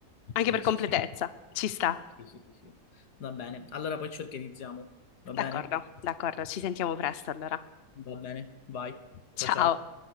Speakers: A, on the left (about 50°); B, on the left (about 85°).
A: anche
B: Sì,
A: per completezza,
B: sì, sì,
A: ci sta.
B: sì, sì, sì, sì. Va bene, allora poi ci organizziamo, va
A: D'accordo,
B: bene?
A: d'accordo, ci sentiamo presto allora.
B: Va bene, vai,
A: Ciao.
B: ciao ciao.